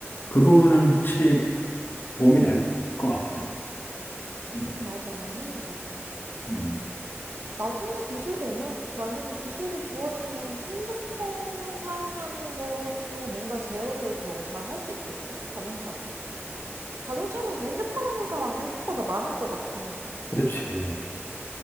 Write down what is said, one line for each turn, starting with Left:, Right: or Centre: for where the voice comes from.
Left: 그 부분은 확실히 도움이 될 것 같아.
Right: 음,
Left: 음,
Right: 맞아. 맞는 것 같다.
Left: 음.
Right: 나중에 기술되면, 만약에 기술이 좋아지면 핸드폰 사용하는 것도 뭔가 제어를 더 잘 할 수 있겠지? 자동차가? 자동차면 핸드폰 하는 사람 생각보다 많을 것 같아.
Left: 그렇지.